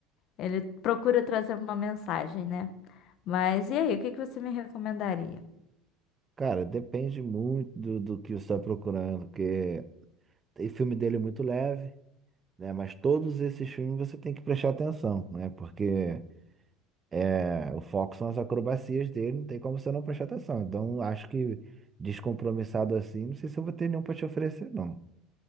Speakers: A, on the left; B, on the right.
A: ele procura trazer uma mensagem, né? Mas e aí, o que que você me recomendaria?
B: Cara, depende muito do, do que você está procurando, porque tem filme dele muito leve, né? Mas todos esses filmes você tem que prestar atenção, né? Porque É, o foco são as acrobacias dele, não tem como você não prestar atenção. Então, acho que descompromissado assim, não sei se eu vou ter nenhum pra te oferecer, não.